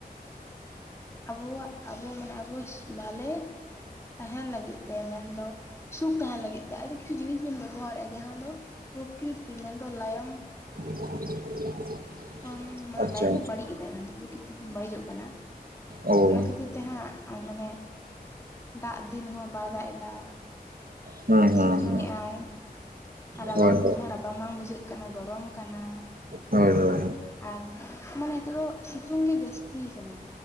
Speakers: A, on the left (about 15°); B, on the right (about 65°).
A: ᱟᱵᱚᱣᱟᱜ ᱟᱵᱚ ᱢᱟᱱᱮ ᱟᱵᱚ ᱵᱷᱟᱞᱮ ᱛᱟᱦᱮᱱ ᱞᱟᱹᱜᱤᱫ ᱛᱮ ᱢᱮᱱᱫᱚ᱾ ᱥᱩᱠᱷ ᱛᱟᱦᱮᱱ ᱞᱟᱹᱜᱤᱫ ᱛᱮ ᱟᱹᱰᱤ ᱠᱤᱪᱷᱩ ᱡᱤᱱᱤᱥ ᱵᱚᱱ ᱵᱮᱵᱚᱦᱟᱨᱮᱼᱟ ᱡᱟᱦᱟᱸ ᱫᱚ ᱯᱨᱚᱠᱨᱤᱛᱤ ᱢᱮᱱᱫᱚ ᱞᱟᱭᱚᱢ
B: <inaudible> <inaudible>
A: <unintelligible>
B: ᱟᱪᱪᱷᱟ ᱚ
A: ᱚᱱᱟ ᱠᱷᱟᱹᱛᱤᱨ ᱛᱮ ᱦᱟᱸᱜ ᱢᱟᱱᱮ ᱫᱟᱜ ᱫᱤᱱ ᱦᱚᱸ ᱵᱟᱭ ᱫᱟᱜ ᱮᱫᱟ।
B: ᱦᱩᱸ ᱦᱩᱸ
A: ᱥᱤᱛᱩᱝᱮᱜ-ᱟᱭ᱾
B: ᱦᱩᱸ
A: ᱨᱟᱵᱟᱝ
B: ᱦᱳᱭ ᱦᱳᱭ
A: ᱫᱤᱱ ᱦᱚᱸ ᱨᱟᱵᱟᱝ ᱵᱟᱝ ᱵᱩᱡᱷᱟᱹᱜ ᱠᱟᱱᱟ ᱜᱚᱨᱚᱢ ᱠᱟᱱᱟ।
B: ᱦᱳᱭ ᱦᱳᱭ
A: ᱟᱨ ᱢᱟᱱᱮ ᱱᱤᱛᱚᱜ ᱫᱚ ᱥᱤᱛᱩᱝ ᱜᱮ ᱡᱟᱹᱥᱛᱤ ᱟᱠᱟᱱᱟ।